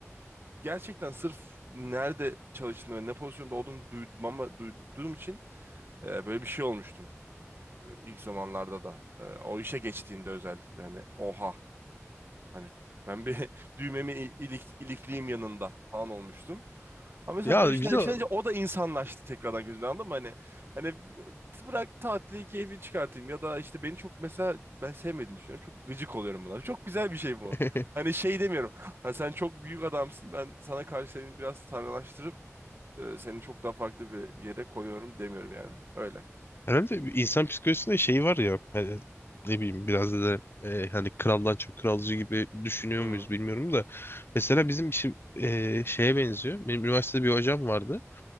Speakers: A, on the right; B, on the left.
A: gerçekten sırf nerede çalıştığını ve ne pozisyonda olduğunu duymama, duyduğum için e, böyle bir şey olmuştum ilk zamanlarda da e, o işe geçtiğinde özellikle hani oha hani ben bir <laughs> düğmemi i- ilik, ilikliyim yanında falan olmuştum. Ama mesela
B: Ya
A: böyle şeyler
B: bize
A: yaşanınca o da insanlaştı tekrardan gözünden anladın mı? Hani, hani bırak tatili keyfini çıkartayım ya da işte beni çok mesela ben sevmediğini düşünüyorum. Çok gıcık oluyorum bunlara. Çok güzel bir şey bu.
B: <laughs>
A: Hani şey demiyorum. Hani sen çok büyük adamsın ben sana karşı seni biraz tanrılaştırıp e, seni çok daha farklı bir yere koyuyorum demiyorum yani. Öyle.
B: Herhalde bir insan psikolojisinde şey var ya hani ne bileyim biraz da e, hani kraldan çok kralcı gibi düşünüyor
A: Hı hı.
B: muyuz bilmiyorum da mesela bizim işi e, şeye benziyor. Benim üniversitede bir hocam vardı.